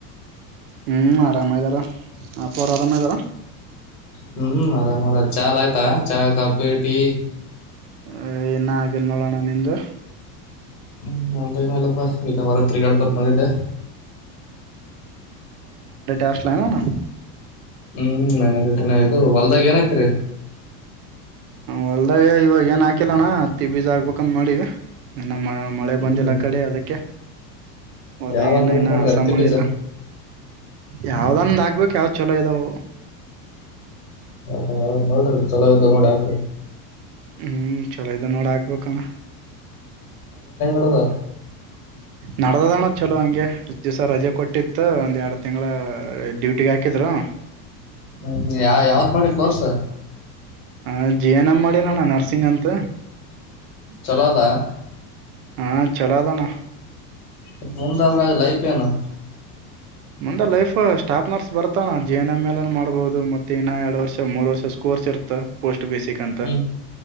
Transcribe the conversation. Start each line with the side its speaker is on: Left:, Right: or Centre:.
Right: ಹ್ಮ್ ಆರಾಮ ಇದ್ದಾರ ಅಪ ಅವರು ಆರಾಮ ಇದದಾರ
Left: ಹ್ಮ್ ಮರಾಮರ ಚಾ ಲಯ್ಿತಾ ಚಾ ಕಾಪಿ ೀ
Right: ಅ ನ್ನ ಆಗಿಲ್ಲ ನೋಡೋಣ ನಿಂದು
Left: ಹ್ಮ್ ನಮ್ದ ಏನ ಇಲ್ಲಪ್ಪಾ ಇಲ್ಲ ಹೊರ ತಿರಿಗಾಳ್ಕೊತ್ ಬಂದಿದ್ದೆ
Right: ಹಾಸ್ಲೆನಣ್ಣ
Left: ಹ್ಮ್ ನನ್ ದಿನ ಇದು ಹೊಲ್ದಾಗ ಏನತ್ರಿ
Right: ಹೊಲ್ದಾಗ ಇವಾಗ ಏನ್ ಹಾಕಿಲ್ಲಣ್ಣ ಹತ್ತಿ ಬೀಜ ಆಗ್ಬೇಕಂದ ಮಾಡಿ ಇ ನ ಮಳೆ ಬಂದಿಲ್ಲ
Left: ಹ್ಮ್
Right: ಕಡೆ ಅದಕ್ಕೆ ಹೊಲ
Left: ಯಾವಾಗ
Right: ಏನ
Left: ಹೋಗತ್
Right: ಏನ
Left: ನೋಡ್ರಿ
Right: ಅಸಾಮಲ್ಲಿ
Left: ಹತ್ತಿ ಬೀಜ
Right: ಎಲ್ಲ ಯಾವ್ದ ಹಗ್ಬೇಕ ಯಾವ್ ಚಲೋ ಇದಾವ
Left: ಹಾ ನೋಡ್ರಿ ಚಲೋ ಇದ್ದ ನೋಡಿ ಆಕ್ರಿ
Right: ಹ್ಮ್ ಚಲೋ ಇದು ನೋಡ ಆಗಬೇಕ ಅಣ್ಣ
Left: ಬ <unintelligible>
Right: ನಡ್ದದಣ ಚಲೋ ಹಂಗೆ ದಿವ್ಸ ರಜೆ ಕೊಟ್ಟಿತ್ತು ಇ ಒಂದ್ ಎರಡ್ ತಿಂಗಳ ಡ್ಯೂಟಿಿಗೆ ಹಾಕಿದ್ರು
Left: ಹ್ಮ್ ಯ ಯಾವ್ದ್ ಮಾಡಿ ಕೋರ್ಸ
Right: ಹ ಜೀ ಎನ ಮಾಡಿ ನೋಣ್ಣ ನರ್ಸಿಂಗ್ ಅಂತ
Left: ಚಲೋ ಅದಾ
Right: ಹಾಂ ಚಲದಾನ
Left: ಮತ್ತ ಮುಂದಾದ್ರಾಗ ಲೈಫ ಏನು
Right: ಮುಂದ ಲೈಫ್ ಸ್ಟಾಫ್ ನರ್ಸ್ ಬರ್ತಾನ ಜಿ ಎನ್ ಎಮ್ ಎಲನ್ ಮಾಡ್ಬಹುದು ಮತ್ತೆ ಇನ್ನ ಎರಡ್ ವರ್ಷ ಮೂರ್ ವರ್ಷ ಸ್ಕೂಲ್ ಚೇರ್ತ ಪೋಸ್ಟ್ <unintelligible> ಬೇಸಿಕ್ ಅಂತ
Left: ಹ್ಮ್